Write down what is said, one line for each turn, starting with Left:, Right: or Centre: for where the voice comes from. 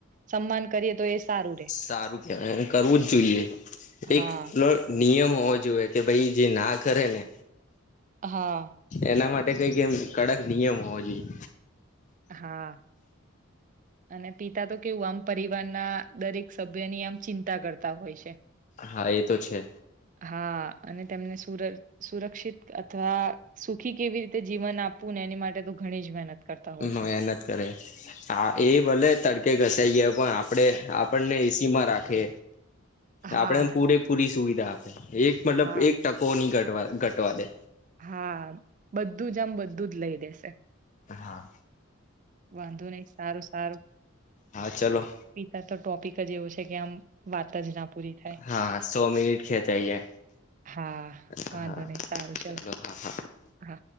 Right: સન્માન કરીએ તો એ સારું રે
Left: સારું કેવાય. અને કરવું જ જોઈએ.
Right: હા
Left: એક <unintelligible> નિયમ હોવો જોઈએ. કે ભાઈ જે ના કરે ને
Right: હા
Left: એના માટે એ કઈક એમ કડક નિયમ હોવો જોઈએ.
Right: હા. અને પિતા તો કેવું આમ પરિવારના દરેક સભ્યની આમ ચિંતા કરતા હોય છે.
Left: હા એ તો છે.
Right: હા અને તેમને સુર સુરક્ષિત અથવા સુખી કેવી રીતે જીવન આપવું ને એની માટે તો ઘણી જ મહેનત કરતા હોય છે.
Left: મેહનત કરે. હા એ ભલે તડકે ઘ થ જાય, પણ આપણે આપણને એસી માં રાખે.
Right: હા
Left: આપણેે પૂરેપૂરી સુવિધ એક મતલબ
Right: હા
Left: એક ટકો ની ઘટ ઘટવા દે
Right: હા બધું જ આમ બધું જ લઈ દેશે.
Left: હા
Right: વાંધો નહી સારું સારું
Left: હા ચલો
Right: પિતા તો ટોપિક જ એવો છે કે આમ વાત જ ના પૂરી થાય
Left: હા સો મિનિટ ખેચાઇ જાય
Right: હા વાંધો
Left: હા
Right: નઈ સારું ચલો
Left: હા હા.
Right: હા